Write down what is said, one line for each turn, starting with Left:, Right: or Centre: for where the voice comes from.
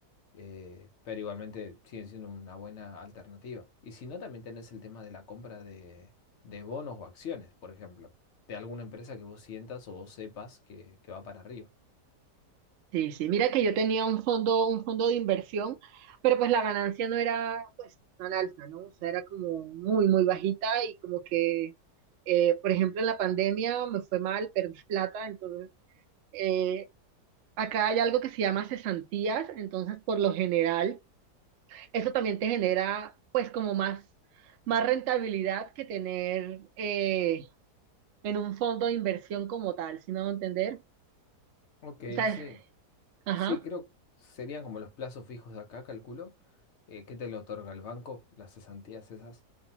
Left: eh, pero igualmente siguen siendo una buena alternativa. Y si no, también tenés el tema de la compra de, de bonos o acciones, por ejemplo, de alguna empresa que vos sientas o vos sepas que, que va para arriba.
Right: Sí, sí, mira que yo tenía un fondo, un fondo de inversión, pero pues la ganancia no era pues tan alta, ¿no? O sea, era como muy, muy bajita y como que, eh, por ejemplo, en la pandemia me fue mal, perdí plata, entonces eh, acá hay algo que se llama cesantías, entonces por lo general eso también te genera pues como más, más rentabilidad que tener eh, en un fondo de inversión como tal, si me a entender?
Left: Ok,
Right: O sea,
Left: sí.
Right: es- ajá.
Left: Sí, creo serían como los plazos fijos de acá, calculo. Eh, ¿qué te lo otorga el banco? Las cesantías esas.